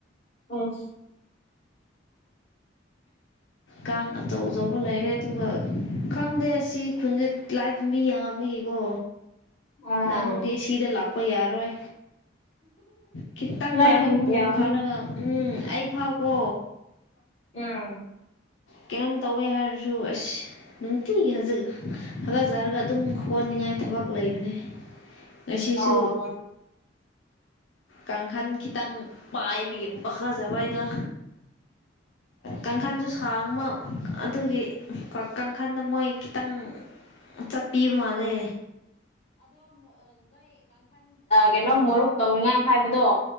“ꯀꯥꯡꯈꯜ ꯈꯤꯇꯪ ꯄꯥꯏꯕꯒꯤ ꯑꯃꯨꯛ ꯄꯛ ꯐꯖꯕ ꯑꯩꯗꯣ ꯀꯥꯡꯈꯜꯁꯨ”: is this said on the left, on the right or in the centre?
Left